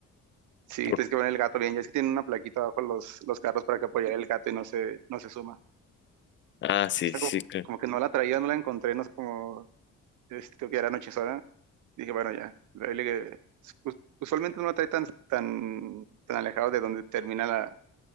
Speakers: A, on the right; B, on the left.
A: sí,
B: Por-
A: tienes que poner el gato bien, ya es que tienen una plaquita abajo los, los carros para que apoyar el gato y no se, no se suma.
B: Ah, sí,
A: Esta
B: sí,
A: como,
B: claro.
A: como que no la traía, no la encontré, no sé cómo, este, creo que era anochezona. Dije, bueno, ya. Ahí le- us- usualmente no la trae tan, tan, tan alejado de donde termina la,